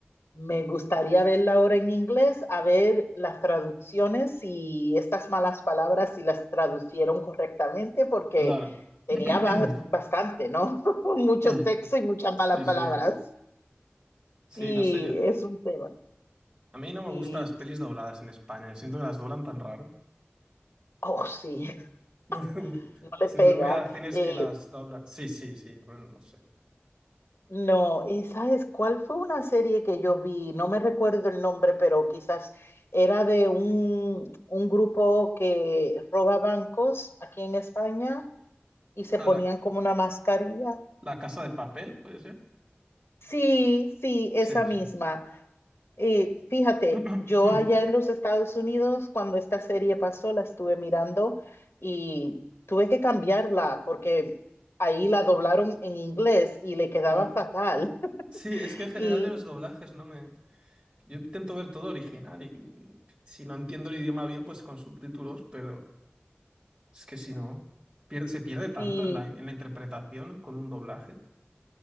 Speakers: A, on the left; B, on the right.
A: Me gustaría verla ahora en inglés, a ver las traducciones y estas malas palabras si las traducieron correctamente, porque
B: Claro.
A: tenía
B: <clears throat>
A: ba- bastante, ¿no? <laughs> Mucho
B: Mm.
A: sexo y muchas
B: Sí,
A: malas palabras.
B: sí. Sí,
A: Sí,
B: no sé yo.
A: es un tema.
B: A mí no me
A: Sí,
B: gustan las pelis dobladas en España. Siento que las doblan tan raro. <laughs>
A: oh, sí,
B: No me gu-
A: <laughs> no le
B: Siempre
A: pega.
B: voy a cines
A: Eh,
B: que las doblan. Sí, sí, sí. bueno, no sé.
A: no, ¿y sabes cuál fue una serie que yo vi? No me recuerdo el nombre, pero quizás era de un, un grupo que roba bancos aquí en España y se
B: Ah,
A: ponían
B: la, ca-
A: como una mascarilla.
B: la Casa de Papel, ¿puede ser?
A: Sí, sí, esa
B: Sí,
A: misma.
B: sí.
A: Eh, fíjate,
B: <clears throat>
A: yo allá en los Estados Unidos, cuando esta serie pasó, la estuve mirando y tuve que cambiarla porque ahí la doblaron en inglés y le quedaba
B: Mm.
A: fatal.
B: Sí, es
A: <laughs>
B: que en general de los doblajes no me... Yo intento ver todo original y si no entiendo el idioma bien, pues con subtítulos, pero... Es que si no, pierde, se pierde tanto
A: Y,
B: en la, en la interpretación con un doblaje.